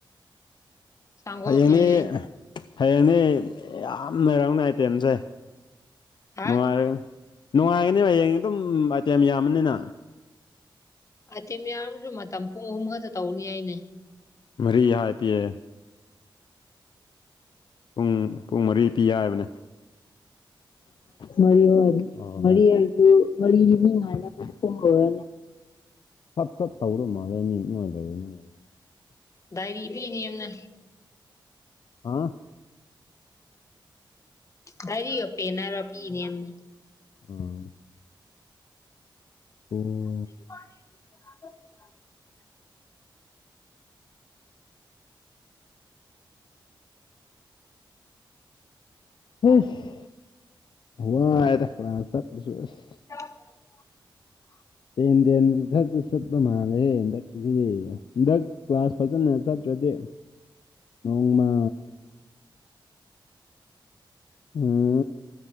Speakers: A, on the left; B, on the left.
A: ꯁꯪꯒꯣ
B: ꯍꯩꯌꯦꯡꯗꯤ
A: ꯑꯦ
B: ꯍꯌꯦꯡꯗꯤ ꯌꯥꯝ ꯂꯩꯔꯝꯒꯅꯤ ꯑꯥꯏꯇꯦꯝꯁꯦ
A: ꯍꯥ
B: ꯅꯨꯡꯉꯥꯏꯔꯅꯦ ꯅꯨꯡꯉꯥꯏꯒꯅꯤꯕ ꯍꯌꯦꯡꯗꯤ ꯑꯗꯨꯝ ꯑꯥꯏꯇꯦꯝ ꯌꯥꯝꯕꯅꯤꯅ
A: ꯑꯥꯢꯇꯦꯝ ꯌꯥꯝꯁꯨ ꯃꯇꯝ ꯄꯨꯡ ꯑꯍꯨꯝ ꯈꯛꯇ ꯇꯧꯒꯥꯅꯤ ꯍꯥꯏꯅꯦ
B: ꯃꯔꯤ ꯍꯥꯏ ꯄꯤꯌꯦ ꯄꯨꯡ ꯄꯨꯡ ꯃꯔꯤ ꯄꯤ ꯍꯥꯏꯕꯅꯦ ꯃꯔꯤ ꯑꯣꯏꯔꯤ ꯃꯔꯤ ꯑꯣꯏꯔꯁꯨ ꯃꯔꯤꯒꯤ ꯃꯤ ꯉꯥꯏꯅꯕꯗ ꯄꯨꯡ ꯂꯣꯏꯔꯅꯤ ꯁꯠ ꯆꯠ ꯇꯧꯒꯗꯧ ꯃꯥꯜꯂꯦ ꯃꯤ ꯅꯣꯏ ꯂꯩꯔꯥꯅꯤ ꯍꯥꯏꯌꯦ
A: ꯗꯥꯏꯔꯤ ꯄꯤꯅꯦꯝꯅꯦ
B: ꯍꯥ
A: ꯗꯥꯏꯔꯤꯒ ꯄꯦꯟ ꯍꯥꯏꯕ꯭ꯔ ꯄꯤꯅꯦ ꯅꯦꯝꯅꯦ
B: ꯎꯝ ꯄꯨꯡ
A: <inaudible>
B: ꯏꯁ ꯋꯥꯏꯗ ꯀ꯭ꯂꯥꯁ ꯆꯠꯄꯁꯨ ꯑꯁ
A: <unintelligible>
B: ꯇꯦꯟ ꯇꯦꯟ ꯗꯛꯗ ꯆꯠꯄ ꯃꯥꯜꯂꯦꯍꯦ ꯍꯟꯗꯛꯀꯤꯁꯤꯗꯤ ꯍꯟꯗꯛ ꯀ꯭ꯂꯥꯁ ꯐꯖꯅ ꯆꯠꯇ꯭ꯔꯗꯤ ꯅꯣꯡꯃ ꯎꯝ